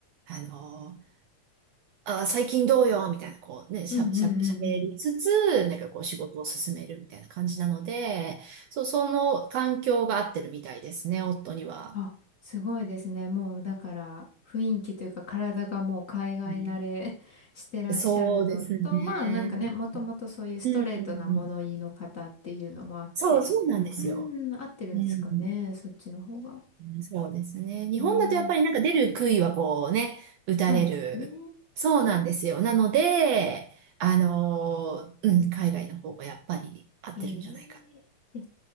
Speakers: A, on the right; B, on the left.
A: あのーあー、最近どうよ、みたいな、こうね、しゃ、
B: うんうんうんうん。
A: しゃ、喋りつつ、なんかこう、仕事を進めるみたいな感じなので、そう、その環境が合ってるみたいですね、夫には。
B: あ、すごいですね。もうだから雰囲気というか体がもう海外慣れ
A: はい
B: <laughs> してらっしゃるのと、
A: そうですね。
B: まあなんかね、もともとそういうストレートな物言いの方っていうのもあって、
A: うん。そう、そうなんですよ。
B: うーん、合ってるんですかね、
A: うん。うん
B: そっちの方が。
A: そうですね。日本だとやっぱりなんか出る杭はこうね、
B: えー、
A: 打たれる。
B: そうですね。
A: そうなんですよ。なので、あのー、うん、海外の方がやっぱり合ってるんじゃないか
B: えー、え、